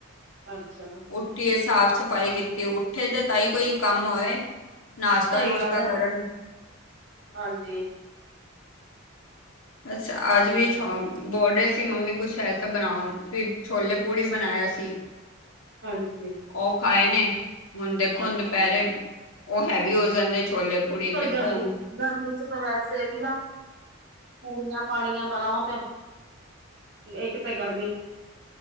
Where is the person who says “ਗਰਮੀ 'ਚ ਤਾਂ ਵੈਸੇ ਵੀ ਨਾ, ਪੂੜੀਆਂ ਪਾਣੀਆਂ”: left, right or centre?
Right